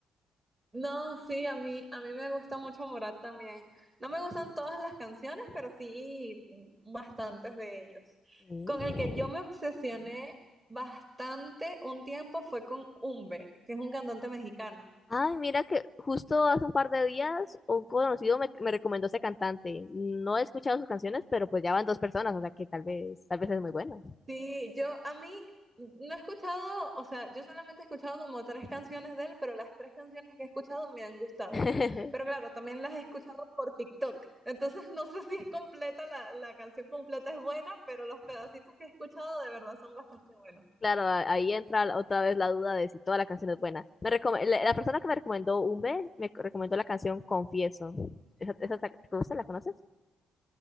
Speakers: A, on the right (about 20°); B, on the left (about 25°).
A: no, sí, a mí, a mí me gusta mucho Morat también. No me gustan todas las canciones, pero sí bastantes de ellos.
B: Mm.
A: Con el que yo me obsesioné bastante un tiempo fue con Umbe, que es un cantante mexicano.
B: Ay, mira que justo hace un par de días un conocido me, me recomendó ese cantante. No he escuchado sus canciones, pero pues ya van dos personas, o sea que tal vez, tal vez es muy bueno.
A: Sí, yo a mí no he escuchado, o sea, yo solamente he escuchado como tres canciones de él, pero las tres canciones que he escuchado me han gustado.
B: <laughs>
A: Pero claro, también las he escuchado por TikTok. Entonces <laughs> no sé si es completa, la, la canción completa es buena, pero los pedacitos que he escuchado de verdad son bastante buenos.
B: Claro, a- ahí entra la- otra vez la duda de si toda la canción es buena. Me recom- la, la persona que me recomendó Umbe me co- recomendó la canción Confieso. ¿Esa, esa te te gusta? ¿La conoces?